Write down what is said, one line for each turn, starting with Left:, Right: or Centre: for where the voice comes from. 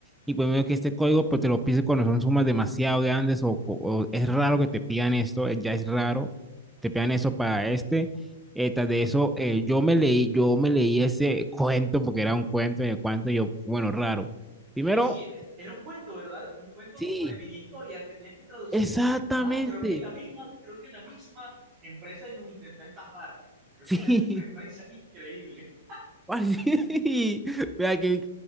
Centre: y pues me dijo que este código pues te lo pide cuando son sumas demasiado grandes o, o- o es raro que te pidan esto, eh, ya es raro, te pidan eso para este, eh, tras de eso eh, yo me leí, yo me leí ese <laughs> cuento porque era un cuento en el cuento, y yo, bueno, raro. Primero,
Right: Oye, sí, e- era un cuento, ¿verdad? Un cuento
Centre: sí,
Right: como de mini historias que tenías que traducir.
Centre: exactamente,
Right: Man, creo que es la misma, creo que es la misma empresa y nos intentó estafar. Creo
Centre: <laughs>
Right: que
Centre: sí.
Right: es la misma empresa, <laughs> increíble.
Centre: <laughs> Y, vea, ¿quién,